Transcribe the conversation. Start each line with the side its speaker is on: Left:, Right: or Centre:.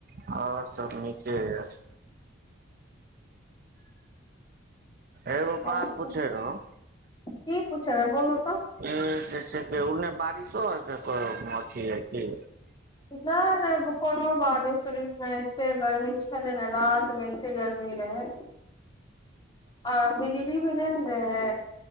Right: आ और सभ नीके एछ एगो बात
Left: सब
Right: पूछे रहौ
Left: की पुछबै बोलू तऽ
Right: ई जे छै उने बारिशो अथ है कि
Left: नहि नहि कोनो बारिश उरिश नहि एतेक गर्मी छलै ने रात मे एतेक गर्मी रहै आ बिजली भी नहि रहै